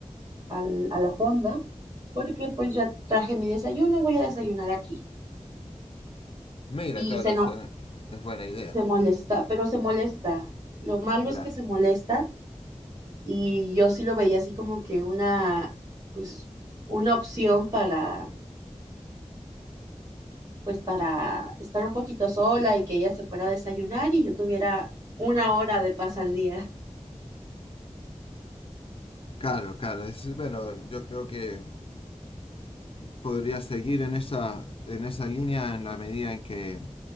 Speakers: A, on the right; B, on the left.
A: al- a la fonda, porque pues ya traje mi desayuno, voy a desayunar aquí.
B: Mira,
A: Y
B: claro,
A: se no,
B: esa es buena idea.
A: y se molesta, pero se molesta. Lo malo es
B: Ya.
A: que se molesta y yo sí lo veía así como que una, pues, una opción para, pues, para estar un poquito sola y que ella se fuera a desayunar y yo tuviera una hora de paz al día.
B: Claro, claro. es- bueno, yo creo que podría seguir en esa, en esa línea en la medida en que,